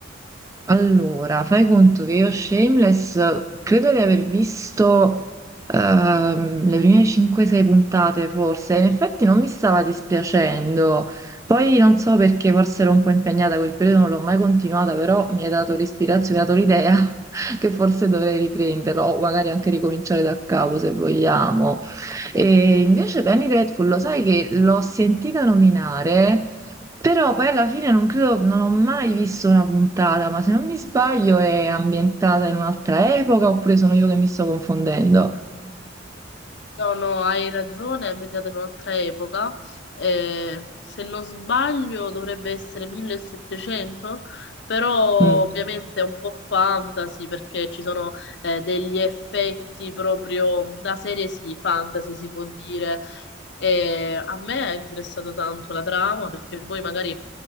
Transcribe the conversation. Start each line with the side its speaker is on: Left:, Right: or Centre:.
Right: Allora, fai conto che io Shameless credo di aver visto ehm, le prime 5-6 puntate forse, in effetti non mi stava dispiacendo, poi non so perché forse ero un po' impegnata quel periodo, non l'ho mai continuata, però mi hai dato l'ispirazione, mi hai dato l'idea <laughs> che forse dovrei riprenderlo o magari anche ricominciare da capo se vogliamo. E invece Penny Dreadful, lo sai che l'ho sentita nominare. Però poi alla fine non credo, non ho mai visto una puntata, ma se non mi sbaglio è ambientata in un'altra epoca oppure sono io che mi sto confondendo?
Left: No, no, hai ragione, è media della nostra epoca. Eh, se non sbaglio dovrebbe essere 1700, però
Right: Mm,
Left: ovviamente è un po' fantasy perché ci sono eh, degli effetti proprio da serie sì, fantasy si può dire, e a me è interessato tanto la trama perché poi magari